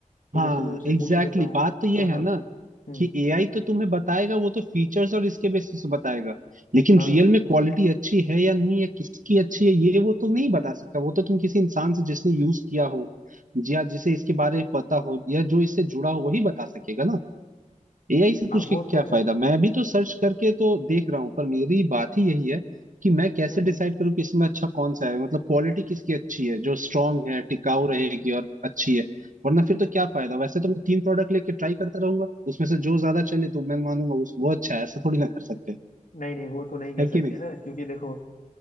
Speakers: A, on the left; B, on the right.
A: तो
B: हाँ
A: जैसे मैं उनसे
B: एग्जैक्टली
A: पूछ लेता हूँ
B: exactly. बात तो ये
A: हाँ
B: है
A: हाँ
B: ना
A: हम्म
B: कि एआई तो तुम्हें बताएगा वो तो फीचर्स और इसके बेसिस पे बताएगा लेकिन
A: हाँ
B: रियल
A: हाँ
B: में क्वालिटी अच्छी है या नहीं या किसकी अच्छी है ये वो तो नहीं बता सकता वो तो तुम किसी इंसान से जिसने यूज किया हो या जिसे इसके बारे में पता हो या जो इससे जुड़ा हो वही बता सकेगा ना एआई से पूछ
A: हाँ, वो
B: के क्या
A: तो है
B: फायदा मैं भी तो सर्च करके तो देख रहा हूँ पर मेरी बात ही यही है कि मैं कैसे
A: हम्म
B: डिसाइड
A: हम्म।
B: करूँ कि इसमें अच्छा कौन सा है मतलब क्वालिटी किसकी अच्छी है जो स्ट्रांग है टिकाऊ रहेगी और अच्छी है वरना फिर तो क्या फायदा वैसे तो मैं तीन प्रोडक्ट लेके ट्राई करता रहूंगा उसमें से जो ज्यादा चले तो मैं मानूंगा उस वो अच्छा है ऐसा थोड़ी ना कर सकते
A: नहीं नहीं वो तो नहीं कर
B: है
A: सकते
B: कि नहीं
A: ना क्योंकि देखो